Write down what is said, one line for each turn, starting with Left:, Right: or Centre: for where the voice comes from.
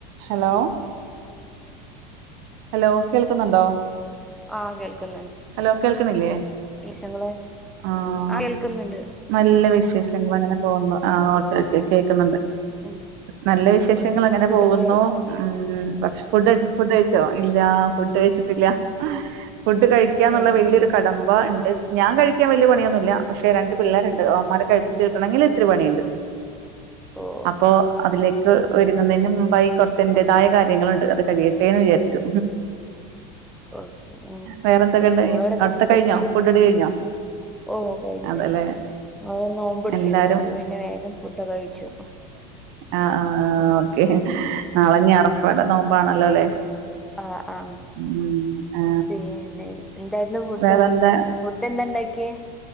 Right: hello hello കേൾക്കുന്നുണ്ടോ
Centre: ആഹ് കേൾക്കുന്നുണ്ട്
Right: hello കേൾക്കണില്ലേ
Centre: നിഷങ്ങള്
Right: ആഹ്
Centre: അഹ് കേൾക്കുന്നുണ്ട്
Right: നല്ല വിശേഷങ്ങള് അങ്ങനെ പോകുന്നു ആഹ് ഓക്കെ ക്കെ കേൾക്കുന്നുണ്ട്
Centre: ഉം
Right: നല്ല വിശേഷങ്ങൾ
Centre: ഉം
Right: അങ്ങനെ
Centre: ഫുഡൊക്കെ
Right: പോകുന്നു
Centre: കഴിച്ചോ
Right: ഉം ഭക്ഷ ഫുഡ് കഴിച്ച ഫുഡ് കഴിച്ച ചോ ഇല്ല ഫുഡ് കഴിച്ചിട്ടില്ല ഫുഡ് കഴിക്കാന്നുള്ള
Centre: ഏഹ്
Right: വലിയൊരു
Centre: ഞങ്ങള്
Right: കടമ്പ ഉണ്ട് ഞാൻ കഴിക്കാൻ വലിയ പണിയൊന്നുമില്ല
Centre: ഉം
Right: പക്ഷെ രണ്ട് പിള്ളേരുണ്ട് അവന്മാരെ
Centre: ഉം
Right: കഴിപ്പിച്ച് കിട്ടണെങ്കിൽ ഇത്തിരി
Centre: ഉം
Right: പണിയുണ്ട്
Centre: ഓക്കെ
Right: അപ്പോ അതിലേക്ക് ഒരു ന്നതിന് മുമ്പായി കുറച്ചന്റേതായ കാര്യങ്ങളുണ്ട് അത് കഴിയട്ടെന്ന് വിചരിച്ചു
Centre: <inaudible>
Right: വേറെന്തൊക്കെയുണ്ട്
Centre: ഇവിടൊക്കെ
Right: അടുത്ത
Centre: ഫുഡ്
Right: കഴിഞ്ഞോ
Centre: കഴിച്ചു
Right: ഫുഡടി
Centre: ഉം
Right: കഴിഞ്ഞോ
Centre: ഓഹ് കഴിഞ്ഞു
Right: അതല്ലേ
Centre: കഴിഞ്ഞു <unintelligible> നോമ്പെടുത്തിരുന്നു
Right: എല്ലാരും
Centre: അപ്പൊ പിന്നെ വേഗം ഫുടൊക്കെ കഴിച്ചു
Right: ആഹ് ആഹ്
Centre: ഉം
Right: ഓക്കേ നാളെ അറഫടെ നോമ്പ ആണല്ലോ അല്ലേ
Centre: ആഹ് ആഹ്
Right: ഉം ആ
Centre: പിന്നെ എന്തായിരുന്നു ഫുഡ്
Right: വേറെന്താ
Centre: ഫുഡ് എന്താ ഇണ്ടാക്കിയെ